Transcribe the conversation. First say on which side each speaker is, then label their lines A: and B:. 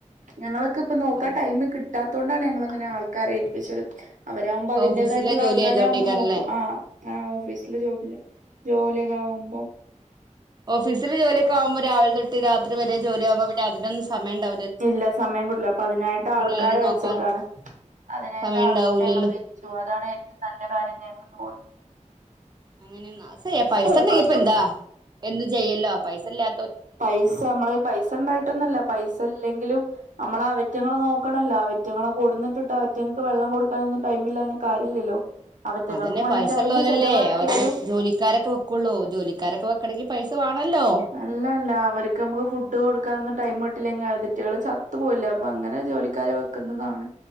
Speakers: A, on the right; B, on the right.
A: ഞങ്ങള് ക്ക് ഇപ്പ നോക്കാൻ
B: ആ
A: ടൈമ് കിട്ടാത്തോണ്ടാണ് ഞങ്ങള് ഇങ്ങനെ ആൾക്കാരെ ഏൽപ്പിച്ചത് അവരവുമ്പ അതിന്റേതായിട്ടുള്ള
B: ഓഫീസിലെ ജോലി
A: ആൾക്കാരാവുമ്പ
B: ആയതുകൊണ്ടേക്കാരല്ലേ
A: നോക്കും ആ ആ ഓഫീസില് ജോബില് ജോലിയൊക്ക ആവുമ്പോ
B: ഓഫീസില് ജോലി ഒക്ക ആവുമ്പ രാവിലെ തൊട്ട് രാത്രി വരെ ജോലി ആവുമ്പം പിന്നെ അതിനൊന്നും സമയം ഇണ്ടാ
A: ഇല്ല സമയം കിട്ടൂല അപ്പോ അതിനായിട്ട് ആൾക്കാരെ
B: അതിനെ
A: വെച്ചക്കാണ്
B: നോക്കാൻ
A: അതിനായിട്ട്
B: സമയം
A: ആൾക്കാരെ
B: ഉണ്ടാവൂലല്ലോ
A: ഞങ്ങള് വെ ച്ചു അതാണ് ഏറ്റവും നല്ല കാര്യംന്ന് ഞങ്ങക്ക് തോന്നി
B: അങ്ങനെന്നൊ അത് സെ പൈസണ്ടങ്കി
A: അല്ല പൈസ
B: ഇപ്പ എന്താ എന്തും ചെയ്യല്ലോ പൈസ ഇല്ലാ
A: പൈസ നമ്മള് പൈസ ഇണ്ടായിട്ടൊന്നല്ല പൈസ ഇല്ലെങ്കിലും നമ്മള് അവറ്റങ്ങളെ നോക്കണല്ലോ അവറ്റങ്ങളെ കൊടുന്നിട്ടിട്ട് അവറ്റങ്ങൾക്ക് വെള്ളം കൊടുക്കാനും ഒന്നും. ടൈമില്ലാഞ് കാര്യല്ലല്ലോ അവറ്റങ്ങൾക്കും
B: അതന്നെ
A: വേണ്ടി
B: പൈസ
A: ടൈം
B: ഇള്ളോലല്ലെ
A: ചെലവാക്കിയാലും
B: അവര് ജോലിക്കാരൊക്ക വെ ക്കൊള്ളൂ ജോലിക്കാരൊക്കെ വെക്കണങ്കിൽ പൈസ വേണല്ലോ
A: അല്ലല്ല അവർക്ക് നമുക്ക് ഫുഡ് കൊടുക്കാനൊന്നും ടൈമ് കിട്ടിയില്ലെങ്കിൽ അതിറ്റള് ചത്തു പോവില്ലെ അപ്പോ അങ്ങനെ ജോലി ക്കാരെ വെക്കുന്നതാണ്